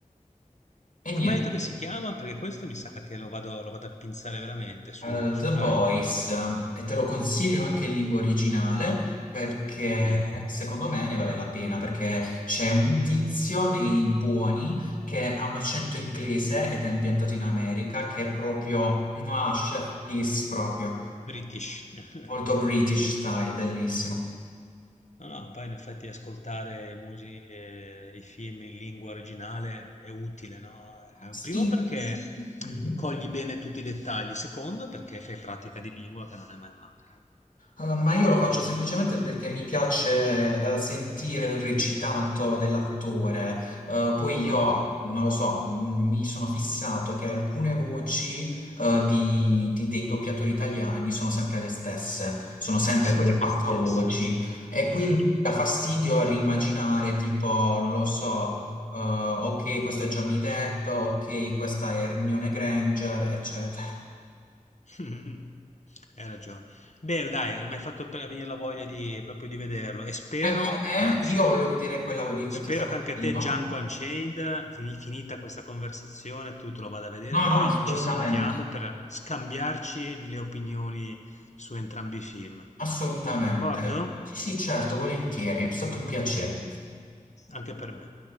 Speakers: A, on the left; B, on the left.
A: E niente,
B: come hai detto che si chiama? Perché questo mi sa che lo vado, lo vado a pinzare veramente su,
A: eh,
B: su
A: The
B: Prime,
A: Boys,
B: hai detto che...
A: eh, e te lo consiglio anche in lingua originale perché
B: Mm,
A: secondo me ne vale la pena perché c'è un tizio nei buoni che ha un accento inglese ed è ambientato in America che è proprio,
B: mm,
A: ah, chef kiss proprio,
B: British. <laughs>
A: molto British style, bellissimo.
B: No, no, poi in effetti ascoltare i, musi- eh, i film in lingua originale è utile, no? Eh,
A: Sì.
B: Primo perché
A: Mhm.
B: cogli bene tutti i dettagli, secondo perché fai pratica di lingua che non è mai male.
A: Eh, ma io lo faccio semplicemente perché mi piace eh, sentire il recitato dell'attore. Eh, poi io,
B: Mm,
A: non lo so, mh, mi sono fissato che alcune voci eh, di- di- dei doppiatori italiani sono sempre le stesse, sono sempre
B: sono sempre
A: quelle quattro
B: le stesse.
A: voci. E quindi
B: Vero.
A: dà fastidio a rimaginare, tipo, non lo so, eh, ok, questo è Johnny Depp, ok, questa è Hermione Granger, eccetera.
B: <laughs> Hai ragione. Bene, dai, mi hai fatto pre- venire la voglia di, proprio di vederlo e spero,
A: Anche a
B: anzi,
A: me, io voglio vedere quella di Quentin
B: Spero
A: Tarantino.
B: che anche te Django Unchained, fini- finita questa conversazione, tu te lo vada a vedere.
A: No,
B: Poi
A: no, assolutamente,
B: ci sentiamo per scambiarci le opinioni su entrambi i film.
A: assolutamente.
B: D'accordo?
A: Sì, sì, certo, volentieri, è stato un piacere.
B: Anche per me.